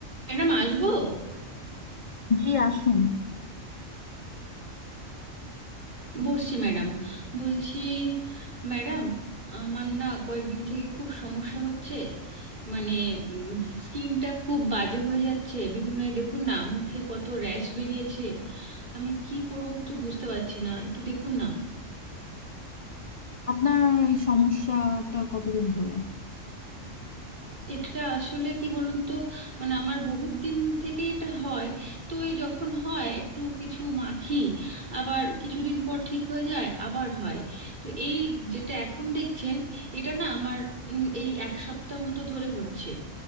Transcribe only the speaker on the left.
জি আসুন
আপনার এই সমস্যাটা কতদিন ধরে